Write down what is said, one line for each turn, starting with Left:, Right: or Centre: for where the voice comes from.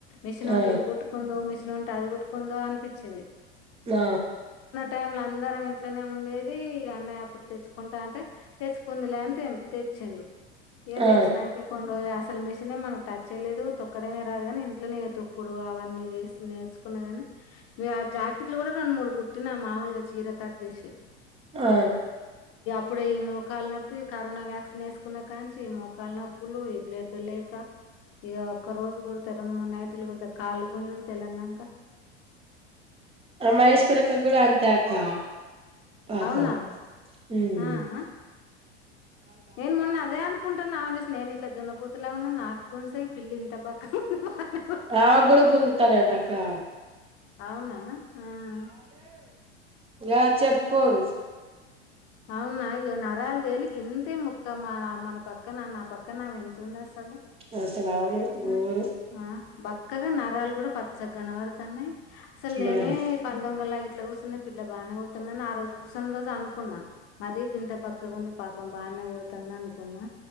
Left: మిషన్ ఉంట
Right: ఆ
Left: ఇది కూడకుందు మిస్న్ ఉం అది కొట్టుకుందో అనిపించింది
Right: ఆ
Left: టైమ్ లో అందరం ఇంట్లోనే ఉండేది అన్నయ అప్పుడు తెచ్చుకుంటా అంటే, తెచ్చుకుంది లే అని తెచ్చిండు ఇగ
Right: ఆ
Left: తెచ్చినాంక కొన్ని రో అసలు మిషన్ మనకు టచ్ చేయలేదు తొక్కడమే రాదు కాని ఇంట్లోనే తొక్కుడు అవన్నీ చేసి నేర్ కున్న గాని మీ ఆ జా <unintelligible> రెండు మూడు కుట్టిన మామూలుగా చీర కట్ చేసి
Right: ఆ
Left: ఇప్పుడు ఈ మోకాలు నొప్పి కరోనా వ్యాక్సిన్ వేసుకున్న కాంచి మోకాల్ నప్పులు ఇబ్లేట్ పెళ్లాయిక ఇక ఒక్క రోజు కూడాతే రెండు మూడు నైట్లు కూడా కాళ్ళు గుంజ కూడా పెళ్లాయిక
Right: ఆ మహేశ్వరకా కూడా అంతే అకా పాపం
Left: అవునా
Right: మ్
Left: ఆ ఆ నేను మొన్న అదే అనుకుంటానా అ నేను ఇట్లా దున్నపోతులాగాన్నా నాకు గుంసయి పిల్లి ఇంత బక్క <unintelligible>
Right: ఆ గుడు గుందజత ర అంట అకా
Left: అవునా ఆ
Right: యా చెప్పుకోరు.
Left: అవునాయో నా రాళ్ తేలి గొంతే మొఖం. మా మన పక్కన నా పక్క నా ఆమె ఎంతుంది అసలు
Right: ఆసలావును గోరు
Left: ఆ ఆ బక్కగా నరాలు కూడా పచ్చగ్గనవాడుతున్నాయి. అసలు నేనే
Right: మరి
Left: పందంగొల్ ఇట్లా కూర్చొనే పిల్ల బానే కోటతందని ఆ రోజు కూర్చొన రోజు అనుకున్నా మరి గింత బక్కగా ఉంది పాపం బానే గొ కొడుతుంది అనుకున్నా